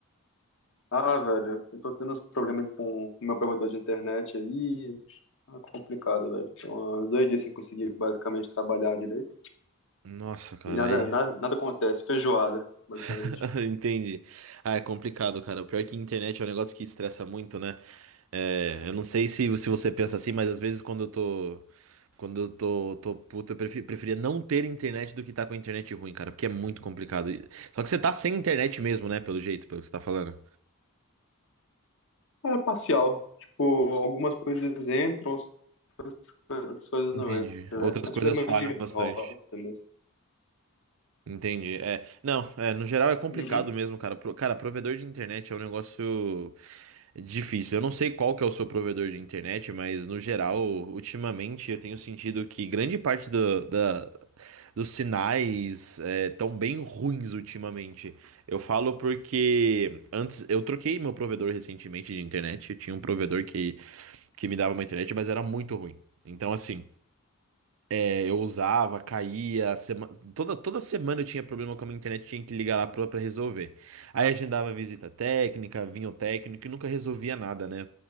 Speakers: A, on the left; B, on the right.
A: Ah, velho, eu tô tendo uns problemas com o meu provedor de internet aí. Tá complicado, velho. Tô há dois dias sem conseguir basicamente trabalhar direito.
B: Nossa, cara,
A: E nada,
B: aí.
A: nada, nada acontece, feijoada, basicamente.
B: <laughs> Entendi. Ah, é complicado, cara. O pior é que internet é um negócio que estressa muito, né? É, eu não sei se, se você pensa assim, mas às vezes quando eu tô. Quando eu tô, tô puto, eu prefi- preferia não ter internet do que tá com a internet ruim, cara, porque é muito complicado. E- Só que você tá sem internet mesmo, né? Pelo jeito, pelo que você tá falando.
A: É parcial. Tipo, algumas coisas entram, outras coisas outras coisas
B: Entendi.
A: não entram,
B: Outras
A: né? Mas
B: coisas
A: problemas
B: falham
A: de
B: bastante.
A: rota mesmo.
B: Entendi. É, não, é, no geral é complicado
A: Uhum.
B: mesmo, cara. Pro- cara, provedor de internet é um negócio difícil. Eu não sei qual que é o seu provedor de internet, mas no geral, ultimamente eu tenho sentido que grande parte do- da, dos sinais é, estão bem ruins ultimamente. Eu falo porque antes eu troquei meu provedor recentemente de internet. Eu tinha um provedor que, que me dava uma internet, mas era muito ruim. Então, assim. É, eu usava, caía, sema- toda, toda semana eu tinha problema com a minha internet, tinha que ligar lá pra, pra resolver. Aí agendava visita técnica, vinha o técnico e nunca resolvia nada, né?